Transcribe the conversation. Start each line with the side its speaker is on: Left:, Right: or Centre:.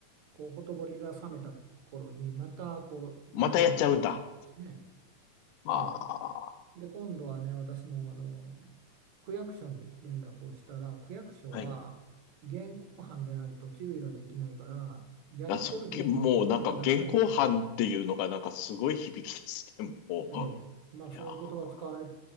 Right: こう、ほとぼりが冷めた頃に、また、こう、
Left: またやっちゃうんだ。
Right: いや、やるんですね。
Left: ああ、
Right: ええ。で、今度はね、私も、あの、区役所に連絡をしたら、区役所は、
Left: はい。
Right: 現行犯でないと注意ができないから、やってる時に言ってくださいって言われる。
Left: あ、そ、げもうなんか現行犯っていうのがなんかすごい響きですね、もう。
Right: ええ、
Left: いやー
Right: まあそういう言葉を使われ